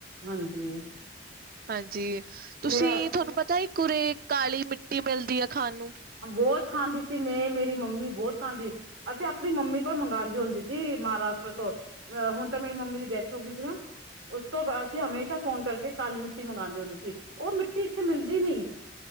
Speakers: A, on the right; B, on the right.
A: ਹਾਂਜੀ।
B: ਹਾਂਜੀ ਤੁਸੀਂ
A: ਮੇਰਾ
B: ਤੁਆਨੂੰ ਪਤਾ ਈ ਉਰੇ ਕਾਲੀ ਮਿੱਟੀ ਮਿਲਦੀ ਐ ਖਾਾਨ ਨੂੰ
A: ਬੌਤ ਖਾਂਦੀ ਸੀ ਮੈਂ ਮੇਰੀ ਮੰਮੀ ਬੌਤ ਖਾਂਦੀ ਅਸੀਂ ਆਪਣੀ ਮੰਮੀ ਕੋਲ ਮੰਗਾਦੇ ਹੁੰਦੀ ਸੀ ਮਹਾਰਾਸ਼ਟਰ ਤੋਂ ਅ ਹੁਣ ਤਾਂ ਮੇਰੀ ਮੰਮੀ ਦੀ ਡੈਥ ਹੋ ਗਈ ਸੀ ਨਾ ਉਸ ਤੋਂ ਅਸੀਂ ਹਮੇਸ਼ਾ ਫੋਨ ਕਰਕੇ ਕਾਲੀ ਮਿੱਟੀ ਮੰਗਵਾਉਂਦੇ ਹੁੰਦੇ ਸੀ। ਉਹ ਮਿੱਟੀ ਇੱਥੇ ਮਿਲਦੀ ਨਹੀਂ।